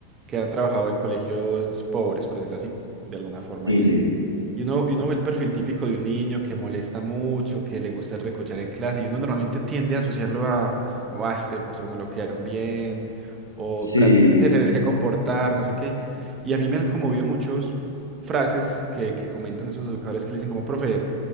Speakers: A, on the right; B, on the left.
A: que han trabajado en colegios pobres, por decirlo así, de alguna forma,
B: sí
A: y
B: sí,
A: es. Y uno, y uno ve el perfil típico de un niño que molesta mucho, que le gusta recochar en clase, y uno normalmente tiende a asociarlo a, como, ah, este parce no lo quedaron bien, o
B: sí,
A: realmente te tenés que comportar, no sé qué. Y a mí me han conmovido muchos frases que, que comentan esos educadores que le dicen como, profe,